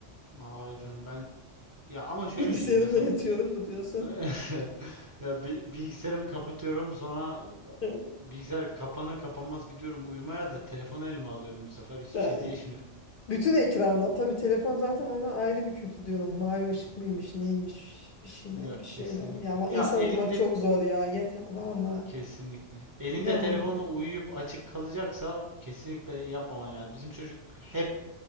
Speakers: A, on the right (about 25°); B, on the left (about 55°).
A: hayır canım ben ya ama şöyle
B: Bilgisayarımla
A: bir şey mesela
B: yatıyorum mu diyorsun?
A: <laughs> ya bi- bilgisayarımı kapatıyorum sonra
B: <laughs>
A: bilgisayar kapanır kapanmaz gidiyorum uyumaya da telefonu elime alıyorum bu sefer hiçbir
B: Da,
A: şey
B: e,
A: değişmiyor.
B: bütün ekranda. Tabii telefon zaten ona ayrı bir kötü diyorlar. Mavi ışık mıymış, neymiş, bir şeyler,
A: Ya
B: bir şeyler.
A: kesinlikle.
B: Ya va-
A: Ya
B: insan
A: elinde
B: olmak çok zor ya. Yeter valla.
A: kesinlikle. Elinde
B: Yani.
A: telefonla uyuyup açık kalacaksa kesinlikle yapmaman lazım. Bizim çocuk hep